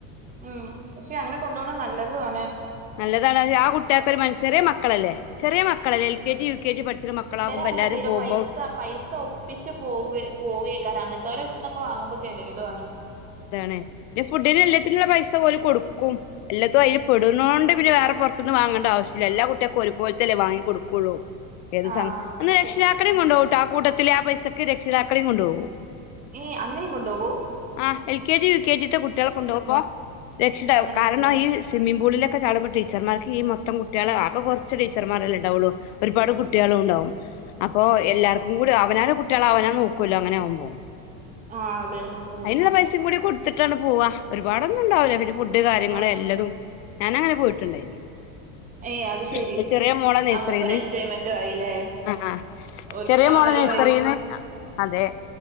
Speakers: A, on the right; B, on the left.
A: ഉം പക്ഷെ അങ്ങനെ കൊണ്ടുപോണം നല്ലത് ത്തോനെ <unintelligible>
B: നല്ലതാണ് ആ കുട്ടികൾക്കെ ഒരു ചെറിയ മക്കളല്ലേ ചെറിയ മക്കളല്ല L K G U K G പഠിച്ച്ണ മക്കളാകുമ്പോ
A: ണ്ടല്ലോ
B: എല്ലാരും പോകുമ്പോൾ
A: പൈസ പൈസ ഒപ്പിച്ച് പോവെ പോവേ കാരം അങ്ങൻത്തോലെര്ട് ത്ത്ന്നൊക്കെ വാങ്ങുമ്പോ കെത്യേടുആണ്
B: ഇതാണ് പിന്നെ ഫുഡിന് എല്ലാത്തിനുള്ള പൈസ പോലെ കൊടുക്കും എല്ലാത്തും അൽ പെടുന്നൊണ്ട് പിന്നെ വേറെ പുറത്തുന്നു വാങ്ങണ്ട ആവശ്യല്ല. എല്ലാ കുട്ട്യാൾക്കും ഒര്പോൽത്തല്ലെ വാങ്ങി കൊട്ക്കൊള്ളു ഏത്
A: ആഹ്
B: സം
A: അത്
B: രക്ഷിതാക്കളേം
A: ശരി ഉം
B: കൊണ്ടോവുട്ടോ ആകൂട്ടത്തില് രക്ഷിതാക്കളീം കൊണ്ടോവും.
A: ഏ അങ്ങനീം കൊണ്ടോവോ
B: ആഹ് L K G, U K ജീത്തെ കുട്ട്യാളെ കൊണ്ടോവുമ്പോ രക്ഷിതാവ്
A: അങ്ങനെയൊന്നുല്ല
B: കാരണം ഈ സ്വിമ്മിം പൂളിലൊക്കെ ചാടുമ്പോ ടീച്ചർമാർക്ക് ഈ മൊത്തം കുട്ട് കുട്ട്യാളെ ആകെ കോർച്ച് ടീച്ചർമാരല്ലേ ണ്ടാവൊള്ളൂ. ഒര്പാട് കുട്ട്യാളും ണ്ടാവും. അപ്പോ എല്ലാര്ക്കും കൂ അവനാന്റെ കുട്ട്യാളെ അവനാൻ നോക്കല്ലോ അങ്ങനാവുമ്പോ.
A: ആഹ് അതെ നോക്കും നോക്കും
B: അയ്ന്ള്ള പൈസീം കൂടി കൊട്ത്ത്ട്ടാണ് പോവാ. ഒര്പാടൊന്നും ണ്ടാവൂല പിന്നെ ഫുഡ്ഡ് കാര്യങ്ങള്
A: ആഹ്
B: എല്ലതും ഞാന ങ്ങനെ പോയിട്ട്ണ്ടായ്നി.
A: ഏയ് അത് ശെരി
B: ന്റെ ചെറ്യേ മോളെ നെയ്സറീന്ന്
A: നമ്മുക്കൊരു എൻജോയ്മെന്റും ആയില്ലേ
B: ആഹ് ആഹ്
A: ഓൽക്ക്
B: ചെറ്യേ
A: കാണലും
B: മോളെ നയ്സറീന്ന്.
A: ആയി
B: അതെ